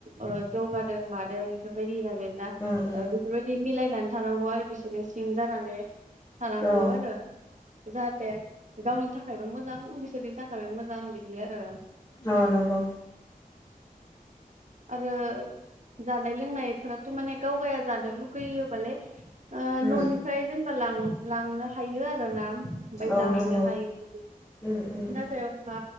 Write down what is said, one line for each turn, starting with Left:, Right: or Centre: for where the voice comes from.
Right: औ जौगादों मादों बेफोरबायदि <unintelligible>
Left: उम
Right: बिफोरबायदि मिलाय फैनानै थानांगौ आरो बिसोरनो सिं जानानै थानांगौ
Left: औ
Right: आरो जाहाथे गावनि थाखायबो मोजां बिसोरनि थाखायबो मोजां बिदि आरो
Left: औ नंगौ।
Right: आरो जानाय लोंनायफोराथ' माने गावगाया जानो लुगैयोबालाय ओ
Left: उम
Right: न'निफ्राय जों लां लांनो हायो आरो रो ना। ओमफ्राय
Left: औ
Right: जाहैनो
Left: नंगौ
Right: हायो बिदि
Left: उम उम
Right: नाथाय अबा